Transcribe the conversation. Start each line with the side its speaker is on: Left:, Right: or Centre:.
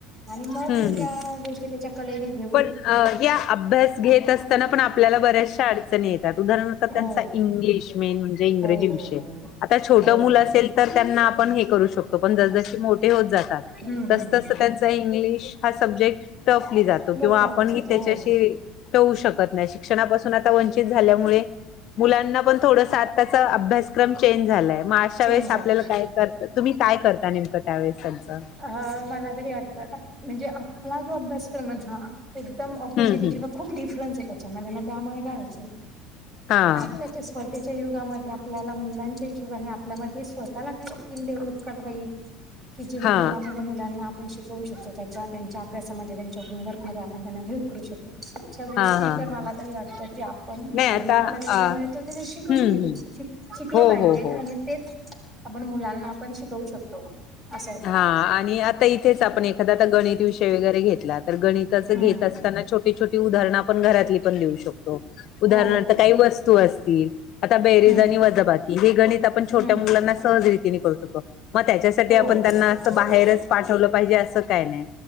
Right: आणि मग
Left: हम्
Right: मी
Left: हम
Right: त्या गोष्टी त्याच्या कलेने घेऊन
Left: पण या अभ्यास घेत अस - ताना पण आपल्याला बऱ्याचशा अडचणी येतात उदारणार त्यांचा
Right: हो
Left: इंग्लिश मेन म्हणजे इंग्रजी
Right: हो हो
Left: विषय.
Right: हो
Left: आता छोट
Right: हो
Left: मुलं असेल तर त्यांना आपण हे करू शकतो पण जसजशी मोठे होत जातात
Right: हम्म
Left: तसतसं
Right: हम्म हम्म
Left: त्यांच इंग्लिश हा सब्जेक्ट टफली जातो
Right: मोठा
Left: किंवा आपण
Right: होत
Left: ही
Right: जात
Left: त्याच्याशी
Right: हो
Left: ठेवू शकत नाही शिक्षणापासून आता वंचित झाल्यामुळे मुलांना पण थोडस आता अताचा अभ्यासक्रम चेंज झालाय मग अशा
Right: चेंज
Left: वेळेस आपल्याला
Right: झाला
Left: काय करत तुम्ही काय करता नेमकं त्यावेळेस त्यांचं.
Right: ह मला तरी वाटतं म्हणजे आपला जो अभ्यासक्रमाय हा एकदम ऑपोजिट
Left: हम्म
Right: आहे
Left: हम्म
Right: किंवा खूप डिफरन्स आहे त्याच्यामध्ये ना त्यामुळे काय होचं
Left: हा
Right: आता स्पर्धेच्या युगामध्ये आपल्याला मुलांच्या हिशोबाने आपल्यामध्ये स्वतःला काय स्किल डेव्हलप करता येईल. की जेणेकरून
Left: हा
Right: आपण त्या मुलांना आपण शिकवू शकतो त्याच्या त्यांच्या अभ्यासामध्ये त्यांच्या होमवर्कमध्ये आपण त्यांना हेल्प करू शकतो अशा गोष्टी
Left: हा हा
Right: तर
Left: हा
Right: मला तरी वाटतं की आपण
Left: नाही आता
Right: जेवढ आपल्याला
Left: अ
Right: वेळ मिळ त तेथ शिकवून
Left: हम्म
Right: घेऊ
Left: हम्म
Right: श शिकल
Left: हो
Right: पाहिजे
Left: हो हो
Right: आणि तेच आपण मुलांना आपण शिकवू शकतो. असं होतं
Left: हा आणि आता इथे इथेच आपण एखादा आता गणित विषय वगैरे घेतला तर गणितच
Right: हम्म
Left: घेत असताना छोट छोटी छोटी उदाहरणं आपण घरातली पण देऊ शकतो उदाहरणार्थ
Right: हो
Left: काही वस्तू असतील. आता बेरीज
Right: हम्म
Left: आणि वजबाकी हे गणित आपण छोट्या
Right: हम्म
Left: मुलांना सहजरीतीने करू शकतो मग त्याच्यासाठी.
Right: हो
Left: ते आपण
Right: हो
Left: त्यांना
Right: हो
Left: अस बाहेरच पाठवलं पाहिजे असं काय नाही.